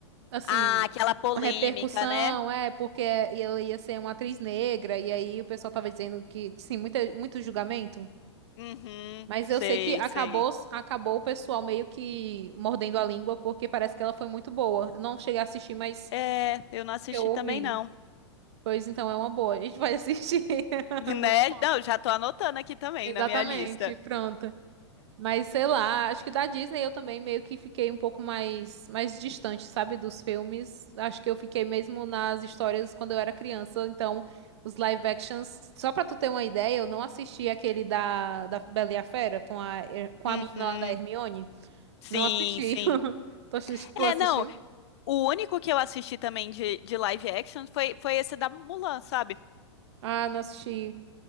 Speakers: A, on the right; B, on the left.
A: Assim.
B: Ah, aquela polêmica,
A: Uma repercussão,
B: né?
A: é, porque ela ia ser uma atriz negra. E aí o pessoal tava dizendo que. Sim, muita, muito julgamento.
B: Uhum,
A: Mas
B: sei,
A: eu sei que acabou,
B: sei.
A: acabou o pessoal meio que mordendo a língua, porque parece que ela foi muito boa. Eu não cheguei a assistir, mas
B: É, eu não assisti
A: eu ouvi.
B: também, não. <laughs>
A: Pois então é uma boa, a gente vai assistir. <laughs>
B: Né?
A: Muito bom.
B: Não, já tô anotando aqui também
A: Exatamente,
B: na minha lista.
A: pronta Mas sei lá, acho que da Disney eu também meio que fiquei um pouco mais mais distante, sabe, dos filmes. Acho que eu fiquei mesmo nas histórias quando eu era criança, então os live actions, só pra tu ter uma ideia, eu não assisti aquele da da Bela e a Fera com a Her- com
B: Uhum.
A: a menina lá da Hermione.
B: Sim,
A: Não assisti.
B: sim.
A: <laughs> Tu assis- tu
B: É,
A: assistiu?
B: não, o único que eu assisti também de, de live action foi, foi esse da Mulan, sabe?
A: Ah, não assisti.